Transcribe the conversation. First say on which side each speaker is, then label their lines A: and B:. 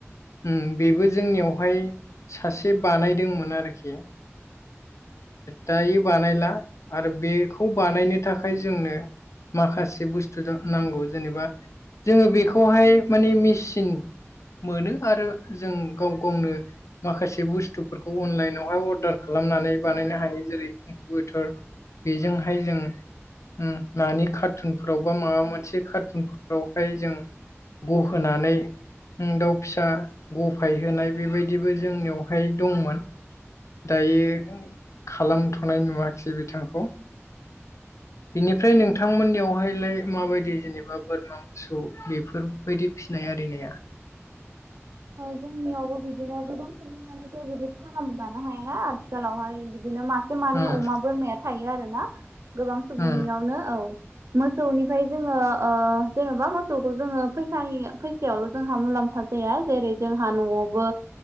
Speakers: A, on the left (about 80°); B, on the right (about 70°).
A: उम बेबो जोंनियावहाय सासे बानायदोंमोन आरोखि। दायो बानायला आरो बेखौ बानायनो थाखाय जोंनो माखासे बुस्थु नांगौ जेनेबा जोंङो बेखौहाय माने मेसिन मोनो। आरो जों गाव गावनो माखासे बुस्थुफोरखौ अनलाइनावहाय अर्दार खालामनानै बानायनो हायो जेरै इनकटार बेजोंहाय जों उम नानि कारटुनफोराव बा माबा मोनसे कारटुनफोरावहाय जों गहोनानै दाउ फि दा गफाय होनाय बेबायदिबो जोंनियावहाय दंमोन। दायो खालामथ'नाय नुवाखैसै बिथांखौ। बिनिफ्राय नोंथांमोननियावहायलाय माबायदि जेनेबा बोरमा मोसौ बेफोरबायदि फिसिनाय आरिनाया?
B: जोंनि आबो बिदिनो मानो बिदि खालामाह लानो हायाना आथिखालावहाय बिदिनो मास एसे माने
A: उम
B: अमा बोरमाया थायो आरो ना गोबां सुबुंनियावनो
A: उम
B: औ। मोसौनिफ्राय जोंङो जेन'बा मोसौखौ जोंङो फैसानि फैसायावल' जोंहा मुलाम्फा जाया जेरै जोंहा न'आवबो